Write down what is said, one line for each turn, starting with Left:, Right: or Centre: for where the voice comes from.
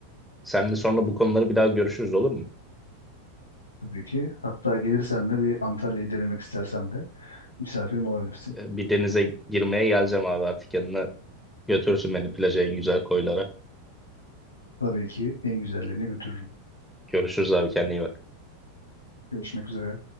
Centre: Seninle sonra bu konuları bir daha görüşürüz olur mu?
Left: Tabii ki. Hatta gelirsen de bir Antalya'yı denemek istersen de misafirim olabilirsin.
Centre: Ee, bir denize girmeye geleceğim abi artık yanına. Götürsün beni plaja en güzel koylara.
Left: Tabii ki en güzellerine götürürüm.
Centre: Görüşürüz abi kendine iyi bak.
Left: Görüşmek üzere.